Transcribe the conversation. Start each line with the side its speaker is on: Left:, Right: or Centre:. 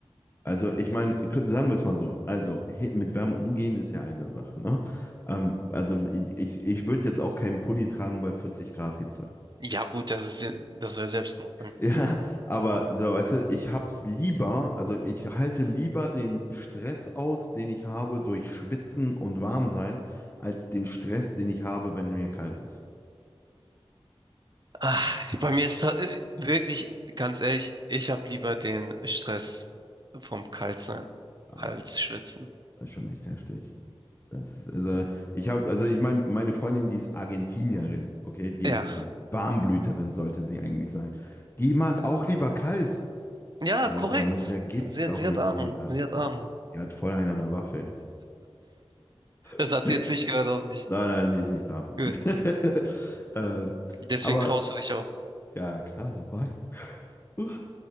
Left: Also, ich meine, sagen wir es mal so. Also, he- mit Wärme umgehen ist ja eine Sache, ne? Ähm, also, ich, ich würde jetzt auch keinen Pulli tragen bei 40 Grad Hitze.
Right: Ja, gut, das ist, ja- das wäre Selbstmord bei mir.
Left: Ja, aber so, weißt du, ich hab's lieber, also ich halte lieber den Stress aus, den ich habe durch Schwitzen und Warmsein, als den Stress, den ich habe, wenn mir kalt ist.
Right: Ah, bei mir ist ta- äh, wirklich, ganz ehrlich, ich habe lieber den Stress vom Kaltsein
Left: Ah,
Right: als
Left: okay.
Right: Schwitzen.
Left: Das ist schon echt heftig. Das ist, also ich habe, also ich meine, meine Freundin, die ist Argentinierin, okay, die
Right: Ja,
Left: ist Warmblüterin, sollte sie eigentlich sein. Die mag auch lieber kalt.
Right: ja,
Left: Weißt
Right: korrekt.
Left: du, mit der geht's
Right: Sie,
Left: doch
Right: hat- sie
Left: nicht
Right: hat Ahnung,
Left: gut. äh,
Right: sie hat Ahnung.
Left: Ja. Die hat voll einen an der Waffel.
Right: Das
Left: <laughs>
Right: hat sie jetzt nicht gehört, hoffentlich.
Left: Nein, nein, die ist nicht da.
Right: Gut,
Left: <laughs> ähm,
Right: deswegen
Left: aber
Right: traust du dich auch.
Left: ja, klar, dabei. Uff,